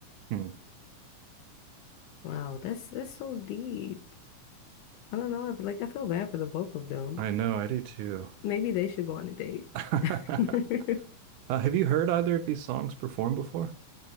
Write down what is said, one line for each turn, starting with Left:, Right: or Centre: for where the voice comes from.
Right: mm.
Left: Wow, that's that's so deep. I don't know, I feel like I feel bad for the both of them.
Right: I know, I do too.
Left: Maybe they should go on a date.
Right: <laughs>
Left: <laughs>
Right: Uh, have you heard either of these songs performed before?